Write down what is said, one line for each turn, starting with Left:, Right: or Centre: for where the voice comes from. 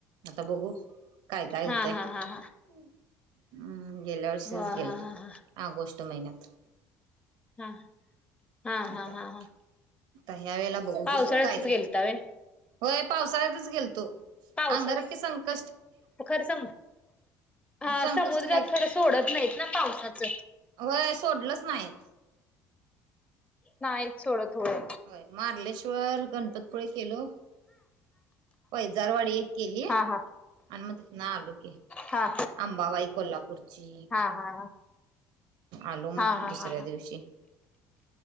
Right: आता बघू काय काय
Left: हा
Right: होतंय.
Left: हा हा हा
Right: हम् गेल्या वर्षीच
Left: हो हा हा हा
Right: <inaudible> ऑगस्ट महिन्यात
Left: <unintelligible>
Right: आता आता ह्या वेळेला बघू घ
Left: पावसाळ्यातच
Right: काय
Left: गेलता व्हय
Right: होय पावसाळ्यातच गेल तो.
Left: पावसाच
Right: अंगारा क संक
Left: खरं स हा
Right: संकष्टीला
Left: समुद्रात खरं सोडत नाहीत ना पावसाचं
Right: वय सोडलंच नाहीत.
Left: नाहीच सोडत होय
Right: ह मार्लेश्वर गणपतपुळे केलो. पैजारवाडी केली.
Left: हा हा
Right: आणि मग तिथ ना आलोक आहे
Left: हा
Right: अंबाबाई कोल्हापूरची
Left: हा हा हा.
Right: आलो मग
Left: हा हा
Right: दुसऱ्या
Left: हा हा
Right: दिवशी